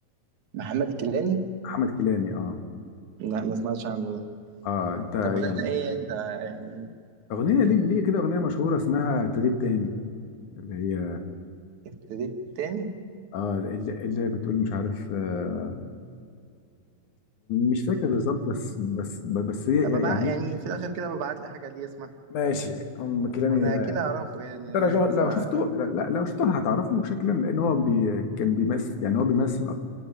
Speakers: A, on the right; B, on the left.
A: محمد الكيلاني
B: احمد كيلاني اه
A: لا ما سمعتش عنه ده
B: اه انت يعني
A: طب غنى ايه انت يعني
B: اغنيه ليه ليه كده اغنيه مشهوره اسمها تغيب تاني اللي هي
A: ابتديت تاني
B: اه اللي, اللي بتقول مش عارف آه مش فاكر بالظبط بس بس بس هي
A: أبقى بقى
B: يعني
A: يعني في الاخر كده ببعت لي حاجه ليه اسمعها
B: ماشي ام كيلاني
A: وانا اكيد اعرفه يعني
B: انت
A: ان
B: لو
A: انا
B: لو
A: بسمع
B: شفته
A: اغاني كتير.
B: لا لا، لو شفته هتعرفه شكلا لان هو بي كان بيمثل يعني هو بيمثل